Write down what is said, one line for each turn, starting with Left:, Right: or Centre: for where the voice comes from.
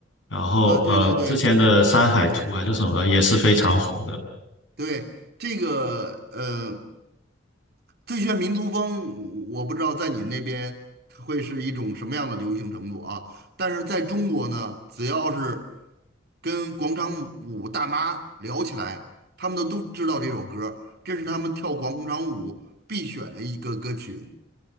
Left: 然后呃之前的《山海图》还是什么，
Right: 啊，对对对，
Left: 也是非常火的。
Right: 对，这个呃，最炫民族风，我不知道在你那边它会是一种什么样的流行程度啊。但是在中国呢，只要是跟广场舞大妈聊起来，他们都都知道这首歌儿这是他们跳广场舞必选的一个歌曲。